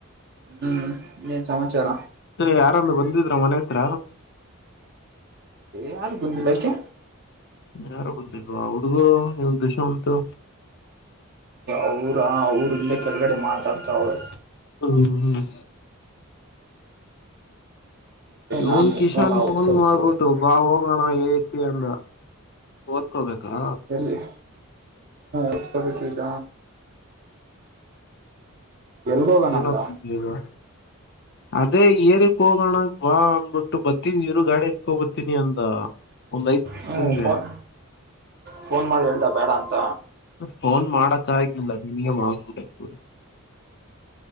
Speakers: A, on the right; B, on the left.
A: ಹ್ಮ್ ಇನ್ನೇನು ಸಮಾಚಾರ
B: ಮತ್ತೇ ಯಾರನ್ನ ಬಂದಿದ್ರ ಮನೆ ಹತ್ರ
A: ಯಾರೂ ಬಂದಿಲ್ಲ ಯಾಕೆ
B: ಯಾರು ಬಂದಿಲ್ವಾ ಹುಡುಗುರೂ ಇವನು ದಶಾಂತು
A: ಅವರ ಅವರು ಇಲ್ಲೇ ಕೆಳಗಡೆ ಮಾತಾಡ್ತ ಅವ್ರೆ
B: ಹ್ಮ ಹ್ಮ್ ಇವನು
A: ನಾನ್
B: ಕಷನ್ ಫೋನ್
A: ಓದ್ಕೋಬೇಕು
B: ಮಾಡ್ಬಿಟ್ಟು ಬಾ ಹೋಗೋಣ ಹಏಕ್ಕೆ ಅಂದ ಓದ್ಕೋಬೇಕಾ
A: ಹ್ಮ ಓದ್ಕೋಬೇಕು ಈಗ ಎಲ್ಗೋಗಣ
B: ಏನ್
A: ಅಂದ
B: ಓದ್ತ ಇದೀಯ ಈಗ ಅದೇ ಏರಿಕ್ ಹೋಗೋಣ ಬಾ ಅಂದಬಟ್ಟು ಬತಿದ್ ಇವ್ರು ಗಾಡಿ ಎತ್ಕೋಬ ಹತೀನಿ ಅಂದ ಒಂದ್ ಐದ್ ನಿಮಿಷದಿಂದ
A: ಹ್ಞೂ ಫೋನ್ ಫೋನ್ ಮಾಡಿ ಹೇಳ ಬೇಡ ಅಂತ
B: ಫೋನ್ ಮಾಡಕ ಆಗಲ್ಲ ನಿನಗೆ ಆಗಬೂರಿ